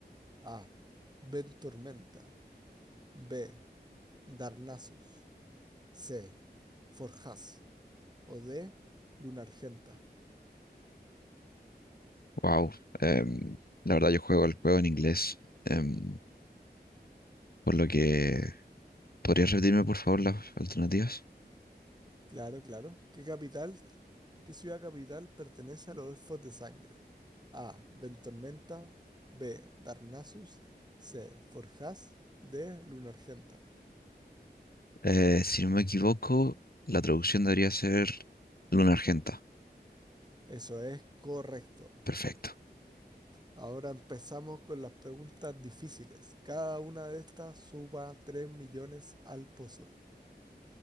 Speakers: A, on the right (about 25°); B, on the left (about 60°).
A: A. Ventormenta. B. Darnassus. C. Forjas. O D. Luna Argenta.
B: Wow. Em, la verdad, yo juego el juego en inglés, em, por lo que... ¿Podrías repetirme, por favor, las alternativas?
A: Claro, claro. ¿Qué capital, qué ciudad capital pertenece a los elfos de sangre? A. Ventormenta. B. Darnassus. C. Forjas. D. Luna Argenta.
B: Eh, si no me equivoco, la traducción debería ser Luna Argenta.
A: Eso es correcto.
B: Perfecto.
A: Ahora empezamos con las preguntas difíciles. Cada una de estas suba 3 millones al pozo.